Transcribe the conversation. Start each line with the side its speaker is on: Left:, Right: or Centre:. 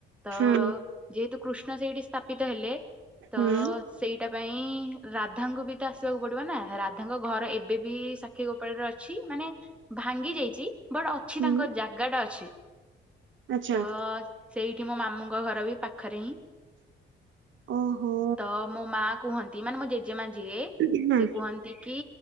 Centre: ତ
Right: ହୁଁ
Centre: ଯେହେତୁ କୃଷ୍ଣ ସେଇଠି ସ୍ଥାପିତ ହେଲେ ତ
Right: ହୁଁ
Centre: ସେଇଟା ପାଇଁ ରାଧାଙ୍କୁ ବି ତ ଆସିବାକୁ ପଡ଼ିବ ନା ରାଧାଙ୍କ ଘର ଏବେ ବି ସା କ୍ଷୀଗୋପାଳରେ ଅଛି ମାନେ ଭାଙ୍ଗି ଯାଇଛି। ବଟ୍ ଅଛି
Right: ହୁଁ
Centre: ତାଙ୍କ ଜାଗା ଟା ଅଛି
Right: ଆଚ୍ଛା
Centre: ତ ସେଇଠି ମୋ ମାମୁଁଙ୍କ ଘର ବି ପାଖରେ ହିଁ
Right: ଓହୋ।
Centre: ତ ମୋ ମା କୁହନ୍ତି ମାନେ ମୋ ଜେଜେମା ଯିଏ
Right: ହୁଁ,
Centre: ସେ କୁହନ୍ତି କି